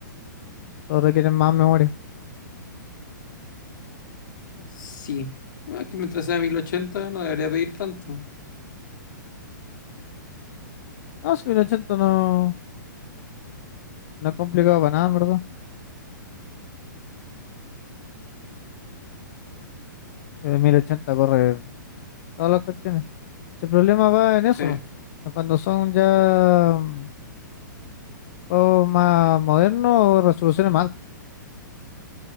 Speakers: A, on the left; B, on the left.
A: todo requieren más memoria.
B: Sí. Bueno, es que mientras sea 1080 no debería pedir tanto.
A: No, si 1080 no, no es complicado para nada, en verdad. Eh, 1080 corre todas las cuestiones. Si el problema va en eso,
B: Sí,
A: en cuando son ya mm, juegos más modernos o resoluciones más altas.